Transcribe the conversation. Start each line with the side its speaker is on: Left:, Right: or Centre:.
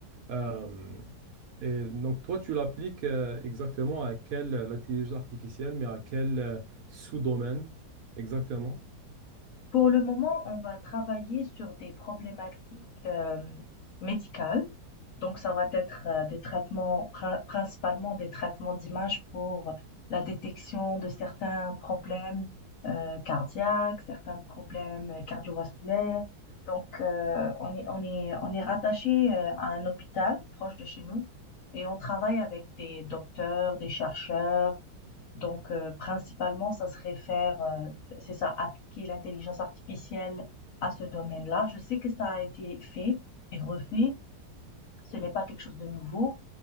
Right: Euh, et donc, toi, tu l'appliques euh, exactement à quelle euh, l'intelligence artificielle, mais à quel euh, sous-domaine exactement?
Left: Pour le moment, on va travailler sur des problématiques euh, médicales. Donc, ça va être euh, des traitements, prin- principalement des traitements d'image pour la détection de certains problèmes euh, cardiaques, certains problèmes cardiovasculaires. Donc, euh, on est, on est, on est rattaché euh, à un hôpital proche de chez nous et on travaille avec des docteurs, des chercheurs, donc, euh, principalement, ça serait faire, euh, c'est ça, appliquer l'intelligence artificielle à ce domaine-là. Je sais que ça a été fait et refait. Ce n'est pas quelque chose de nouveau,